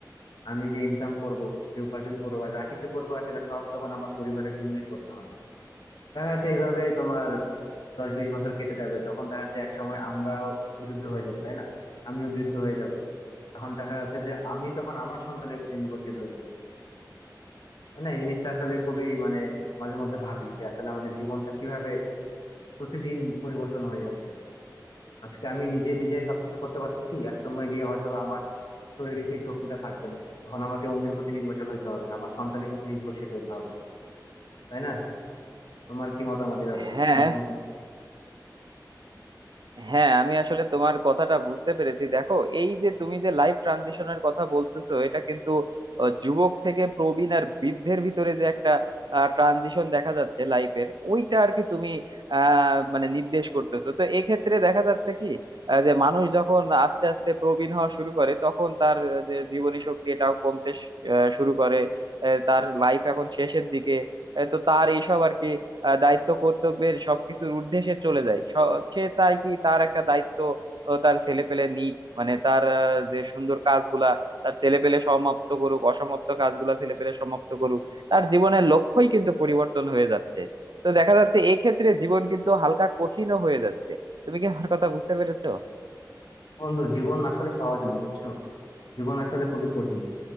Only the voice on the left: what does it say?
আমি যে ইনকাম করব যে উপার্জন করবো বা যা কিছু করবো আসলে সব তখন আমার পরিবারের জন্যই করতে হবে দেখা যাচ্ছে এইভাবে তোমার দশ বিশ বছর কেটে যাবে তখন দেখা যাচ্ছে এক সময় আমরাও বিরুদ্ধ হয়ে যাব তাই না আমিও বিরুদ্ধ হয়ে যাব তখন দেখা যাচ্ছে যে আমি তখন আমার সন্তানের প্রতি নির্ভরশীল হয়ে যাব না এই জিনিসটা আসলে খুবই মানে মাঝে মধ্যে ভাবি যে আসলে আমাদের জীবনটা কিভাবে প্রতিদিন পরিবর্তন হয়ে যাচ্ছে আজকে আমি নিজে নিজে সবকিছু করতে পারতেছি এক সময় গিয়ে হয়তো বা আমার শরীরে সেই শক্তিটা থাকবে না তখন আমাকে অন্যের প্রতি নির্ভরশীল হইতে হবে আমার সন্তানের প্রতি নির্ভরশীল হইতে হবে তাই না তোমার কি মতামত এই ব্যাপারে
তোমার কি মনে হয়?
বন্ধু জীবন আসলে সহজ না বুঝছো জীবন আসলে খুবই কঠিন